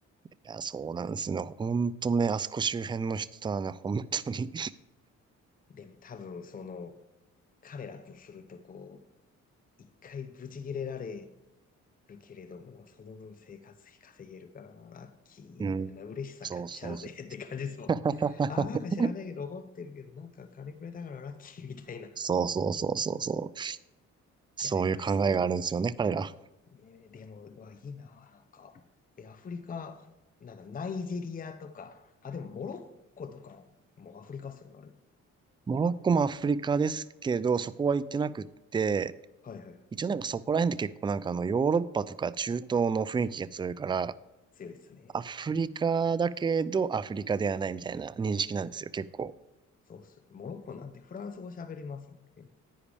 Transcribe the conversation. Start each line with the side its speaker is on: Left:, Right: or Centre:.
Right: や、そうなんですね。本当ね、あそこ周辺の人はね、本当に。
Left: う。でも多分その、彼らとするとこう、一回ブチ切れられるけれども、その分生活費稼げるから、ラッキーみたいな、
Right: うん。
Left: 嬉しさ買っちゃうぜって感じですもん。
Right: そうそうそう。<laughs>
Left: あ、なんか知らないけど、怒ってるけど、なんか金くれたからラッキーみたいな。い
Right: そうそうそうそうそう。そういう考えがあるんですよね、
Left: や、でも、
Right: 彼ら。
Left: えーでも、うわ、いいな、なんか。え、アフリカ、なんだ、ナイジェリアとか、あ、でも、モロッコとかもうアフリカっすよね、あ
Right: モロッコもアフリカですけど、そこは行ってなくって、
Left: れ。はいはい。
Right: 一応なんかそこら辺って結構なんかあのヨーロッパとか中東の雰囲気が強いから、
Left: 強いですね。
Right: アフリカだけどアフリカではないみたいな認識なんですよ、結構。
Left: そうっす。モロッコなんてフランス語喋れますもんね。